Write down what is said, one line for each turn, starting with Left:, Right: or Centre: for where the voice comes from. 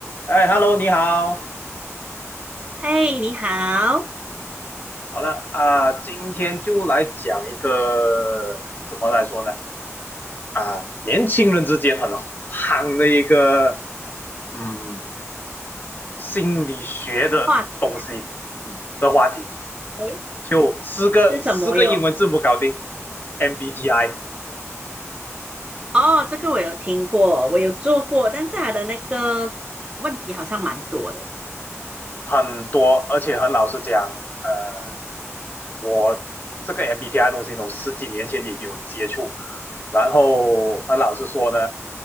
Left: 哎，Hello，你好。
Right: 嘿，你好，
Left: 好了啊，今天就来讲一个怎么来说呢？啊，年轻人之间很夯的一个嗯心理学的东西，
Right: 话题啊，
Left: 嗯的话题，
Right: 诶，
Left: 就四个四个英文字母搞定
Right: 是什么哟？
Left: ，MBTI。
Right: 哦，这个我有听过，我有做过，但是它的那个问题好像蛮多的。
Left: 很多，而且很老实讲，呃，我这个 MBTI 东西呢，我十几年前已经有接触，然后很老实说呢，